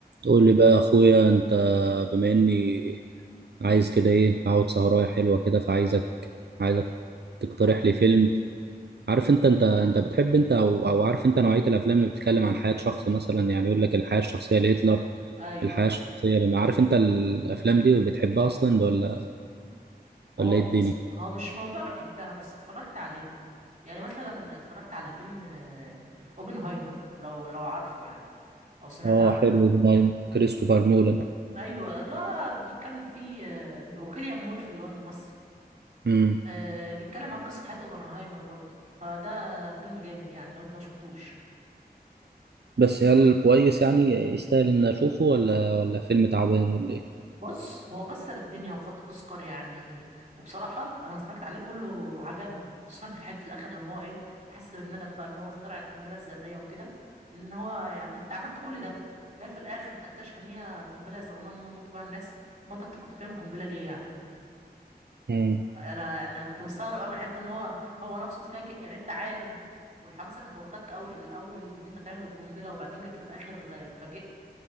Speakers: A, on the right; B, on the right.
A: قول لي بقى يا اخويا انت بما اني عايز كده ايه اقعد سهرايه حلوه كده فعايزك عايزك تقترح لي فيلم عارف انت انت انت بتحب انت او او عارف انت نوعيه الافلام اللي بتتكلم عن حياه شخص مثلا يعني يقول لك الحياه الشخصيه لهتلر
B: ايوه
A: الحياه
B: ايوه
A: الشخصيه لما عارف انت الافلام دي بتحبها اصلا ولا
B: هو
A: ولا
B: بص
A: ايه الدنيا
B: هو مش موضوع انا بحبها بس اتفرجت عليها يعني مثلا اتفرجت على فيلم آه، اوبنهايمر لو لو عارفه يعني او سمعت
A: اه
B: عنه
A: حلو ده نعم كريستوفر نولان
B: ايوه لا بيتكلم فيه آه، وكيليان مورفي اللي هو الممثل
A: امم
B: آه، بيتكلم عن قصة حياة اوبنهايمر برضه فده فيلم جامد يعني لو انت ما شفتوش
A: بس هل كويس يعني يستاهل ان اشوفه ولا ولا فيلم تعبان ولا
B: بص هو كسر الدنيا وخد اوسكار يعني وبصراحه انا اتفرجت عليه كله وعجبني وخصوصا في الحته الاخر لما هو ايه حس بالندم بقى ان هو اخترع القنبله الذريه وكده لان هو يعني انت عملت كل ده جاي في الاخر تكتشف ان هي قنبله يستخدموها ان هم يموتوا بيها الناس ما انت كنت بتعمل قنبله ليه يعني
A: ايه
B: انا انا كنت مستغرب قوي من حته ان هو هو نفسه اتفاجئ يعني انت عالم والحماسه كانت واخداك قوي في الاول ان انت تعمل القنبله وبعدين جيت في الاخر اتفاجئت